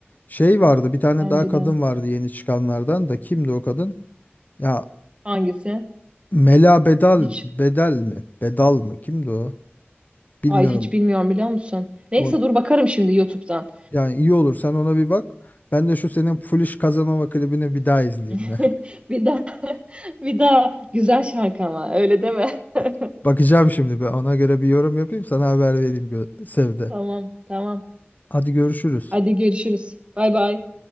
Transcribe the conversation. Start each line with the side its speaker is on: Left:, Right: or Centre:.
Left: Şey vardı bir tane
Right: Bence
Left: daha kadın
Right: de.
Left: vardı yeni çıkanlardan da kimdi o kadın? Ya
Right: Hangisi?
Left: Mela Bedal
Right: Hiç
Left: Bedel mi? Bedal mı? Kimdi o? Bilmiyorum.
Right: ay hiç bilmiyorum biliyor musun? Neyse
Left: O,
Right: dur bakarım şimdi YouTube'dan.
Left: yani iyi olur sen ona bir bak. Ben de şu senin Foolish Kazanova klibini bir daha izleyeyim
Right: <laughs>
Left: ya.
Right: Bir daha <laughs> bir daha güzel şarkı ama öyle deme. <laughs>
Left: <laughs> Bakacağım şimdi ben ona göre bir yorum yapayım sana haber vereyim gö- Sevde.
Right: Tamam tamam.
Left: Hadi görüşürüz.
Right: Hadi görüşürüz. Bay bay.